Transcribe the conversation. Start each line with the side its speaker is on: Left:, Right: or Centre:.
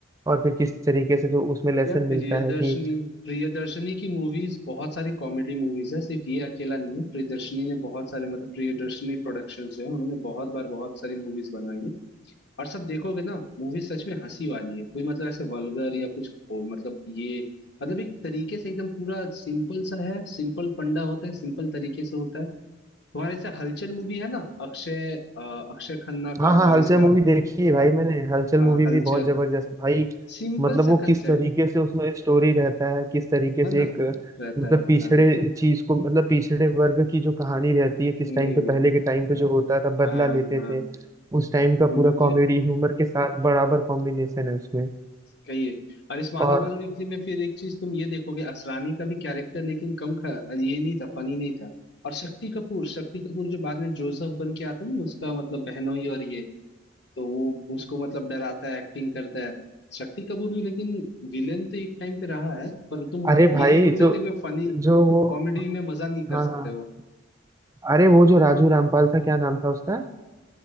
Right: और फिर किस तरीके से जो उसमें लेसन
Left: यार
Right: मिलता
Left: प्रियदर्शनी
Right: है कि
Left: प्रियदर्शनी की मूवीज बहुत सारी कॉमेडी मूवीज है सिर्फ ये अकेला नहीं है प्रियदर्शनी ने बहुत सारे मतलब प्रियदर्शनी प्रोडक्शंस जो है उन्होंने बहुत बार बहुत सारी मूवीज बनाई है और सब देखोगे ना मूवी सच में हंसी वाली है कोई मतलब ऐसे वल्गर या कुछ हो, मतलब ये मतलब एक तरीके से एकदम पूरा सिंपल सा है सिंपल फंडा होता है सिंपल तरीके से होता है तुम्हारे जैसे हलचल मूवी है ना अक्षय अ, अक्षय खन्ना
Right: हाँ
Left: का
Right: हाँ
Left: और
Right: हलचल
Left: इसका
Right: मूवी देखी है भाई मैंने हलचल
Left: हाँ
Right: मूवी
Left: हलचल
Right: भी बहुत जबरदस्त भाई
Left: सिंपल
Right: मतलब वो
Left: सा कंसेप्ट
Right: किस तरीके से उसमें स्टोरी रहता है किस तरीके
Left: है
Right: से
Left: ना
Right: एक
Left: रहता
Right: मतलब
Left: है
Right: पिछड़े
Left: हाँ
Right: चीज को मतलब पिछड़े वर्ग की जो कहानी रहती है किस
Left: हम्म
Right: टाइम पे पहले के टाइम पे जो होता था
Left: हाँ
Right: बदला लेते
Left: हाँ
Right: थे उस टाइम का
Left: तो
Right: पूरा
Left: वो फिर
Right: कॉमेडी ह्यूमर के साथ बराबर कॉम्बिनेशन है उसमें
Left: कही है और इस माला
Right: और
Left: माल वीकली में फिर एक चीज तुम ये देखोगे असरानी का भी कैरेक्टर लेकिन कम ख, ये नहीं था फनी नहीं था और शक्ति कपूर शक्ति कपूर जो बाद में जोसेफ बन के आता नहीं उसका मतलब बहनोई और ये तो वो उसको मतलब डराता है एक्टिंग करता है शक्ति कपूर भी लेकिन विलेन तो एक टाइम पे रहा है पर तुम
Right: अरे भाई
Left: ये नहीं बोल
Right: जो
Left: सकते कि वो फनी
Right: जो वो
Left: कॉमेडी में मजा नहीं
Right: हाँ
Left: कर सकते
Right: हाँ
Left: वो
Right: अरे वो जो राजू रामपाल था क्या नाम था उसका